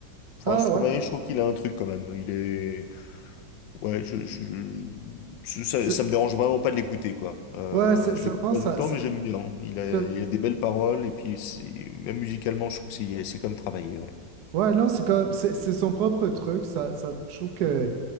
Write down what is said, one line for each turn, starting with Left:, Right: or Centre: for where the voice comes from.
Left: enfin
Right: Ah
Left: Stromae,
Right: ouais.
Left: je trouve qu'il a un truc quand même. Il est Ouais, je, je, je- ça,
Right: C'est,
Left: ça me dérange vraiment pas de l'écouter, quoi. Euh,
Right: ouais, c'est
Left: je
Right: c'est
Left: l'écoute
Right: vraiment
Left: pas
Right: ça.
Left: tout le temps,
Right: c'est-
Left: mais j'aime bien. Il a,
Right: Ça-
Left: il a des belles paroles, et puis c'est- même musicalement, je trouve que c'est c'est comme travailler, ouais.
Right: Ouais, non, c'est comme, c'est c'est son propre truc. Ça, ça, je trouve que